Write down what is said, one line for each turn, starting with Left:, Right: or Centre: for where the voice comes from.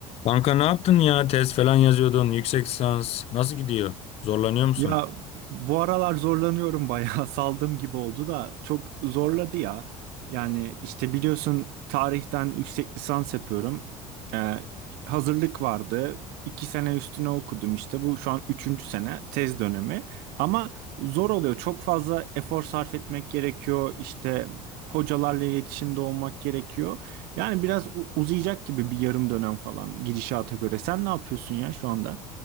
Left: Kanka ne yaptın ya? Tez falan yazıyordun. Yüksek lisans. Nasıl gidiyor? Zorlanıyor musun?
Right: Ya bu aralar zorlanıyorum bayağı <laughs> saldım gibi oldu da çok zorladı ya. Yani işte biliyorsun tarihten yüksek lisans yapıyorum. Ee, hazırlık vardı. İki sene üstüne okudum işte bu şu an üçüncü sene tez dönemi. Ama zor oluyor çok fazla efor sarf etmek gerekiyor. İşte hocalarla iletişimde olmak gerekiyor. Yani biraz u- uzayacak gibi bir yarım dönem falan gidişata göre. Sen ne yapıyorsun ya şu anda?